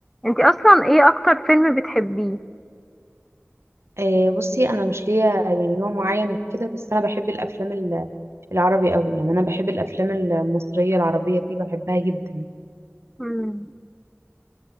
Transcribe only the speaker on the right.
آه، بصي انا مش ليا يعني نوع معين وكده بس انا بحب الافلام ال- العربي قوي يعني انا بحب الافلام المصريه العربيه دي بحبها جدا